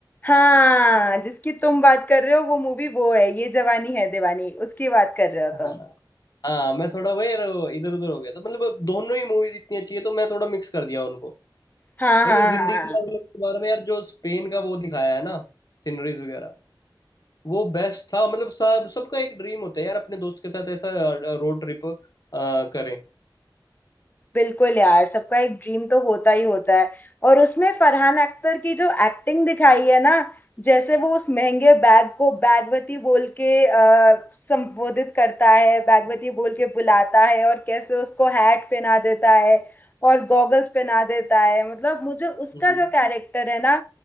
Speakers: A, on the left; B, on the left.
A: हाँ जिसकी तुम बात कर रहे हो वो मूवी वो है ये जवानी है दीवानी उसकी बात कर रहे हो
B: हाँ
A: तुम
B: हाँ मैं थोड़ा वही यार इधर उधर हो गया था मतलब दोनों ही मूवीज इतनी अच्छी है तो मैं थोड़ा मिक्स कर दिया उनको
A: हाँ
B: बल्कि
A: हाँ
B: जिंदगी
A: हाँ हाँ।
B: ना मिलेगी दोबारा में यार जो स्पेन का वो दिखाया है ना सीनरीज वगैरह वो बेस्ट था मतलब सब सबका एक ड्रीम होता है यार अपने दोस्त के साथ ऐसा रोड ट्रिप करें
A: बिल्कुल यार सबका एक ड्रीम तो होता ही होता है और उसमें फरहान अख्तर की जो एक्टिंग दिखाई है ना जैसे वो उस महंगे बैग को बैगवती बोल के अ, संबोधित करता है बैगवती बोल के बुलाता है और कैसे उसको हैट पहना देता है और गॉगल्स पहना देता है मतलब मुझे उसका
B: हम्म
A: जो कैरेक्टर है ना